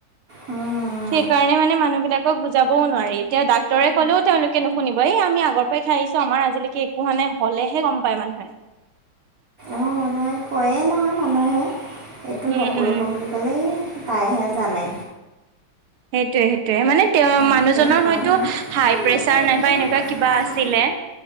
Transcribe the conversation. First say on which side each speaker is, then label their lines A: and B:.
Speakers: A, on the right; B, on the right.
A: উম।
B: সেইকাৰণে মানে মানুহ বিলাকক বুজাবও নোৱাৰি এতিয়া ডাক্তৰে ক'লেও তেওঁলোকে নুশুনিব এই আমি আগৰ তই খাই আহিছ আমাৰ আজিলৈকে একো হোৱা নাই হলেহে গম পায় মানুহে।
A: অঁ নাই কয়ে নহয় মানুহে এইটো
B: উম
A: নকৰিব
B: উম
A: বুলি ক'লেই তাইহে জানে।
B: সেটোয়ে- সেটোৱে মানে তেওঁ
A: এনেকেই
B: মানুহজনৰ
A: কয়
B: হয়তো
A: হা
B: হাই
A: অঁ
B: প্ৰেচাৰ
A: ফুলদম
B: নাইবা এনেকুৱা
A: পচন্দ
B: কিবা আছিলে
A: খাম